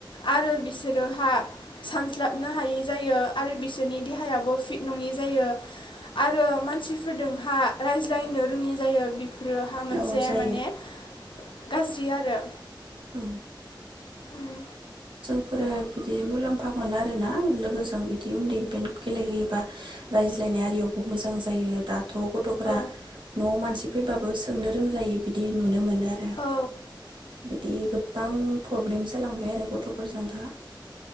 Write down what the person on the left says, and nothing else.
आरो बिसोरोहा सानस्लाबनो हायै जायो आरो बिसोरनि देहायाबो फिट नङि जायो आरो मानसिफोरजोंहा रायज्लायनो रोङि जायो बेफो रहा मोनसे
माने गाज्रि आरो
उम
औ
औ